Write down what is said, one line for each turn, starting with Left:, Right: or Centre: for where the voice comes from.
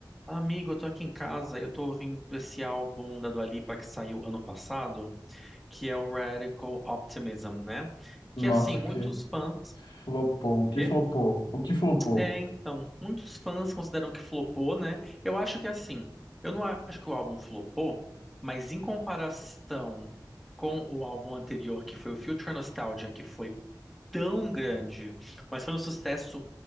Centre: Amigo, eu tô aqui em casa e eu tô ouvindo esse álbum da Dua Lipa que saiu ano passado, que é o Radical Optimism, né?
Left: Nossa,
Centre: Que assim, muitos
Left: que
Centre: fãs.
Left: flopou, o que
Centre: Quê?
Left: flopou, o que flopou.
Centre: É, então, muitos fãs consideram que flopou, né? Eu acho que assim, eu não acho que o álbum flopou, mas em comparação com o álbum anterior, que foi o Future Nostalgia, que foi tão grande, mas foi um sucesso